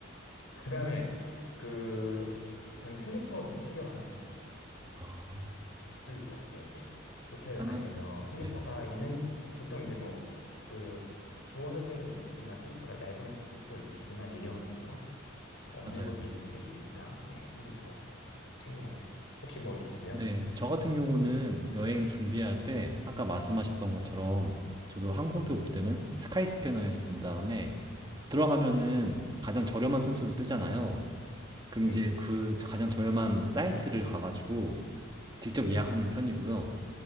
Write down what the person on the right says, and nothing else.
아.
그렇다면
네,
맞아요.
네. 저 같은 경우는 여행 준비할 때 아까 말씀하셨던 것처럼 저도 항공표 볼 때는 스카이스캐너에서 본
다음에 들어가면은 가장 저렴한 순서로 뜨잖아요. 그럼
이제 그 가장 저렴한 사이트를 가가지고 직접
예약하는 편이고요.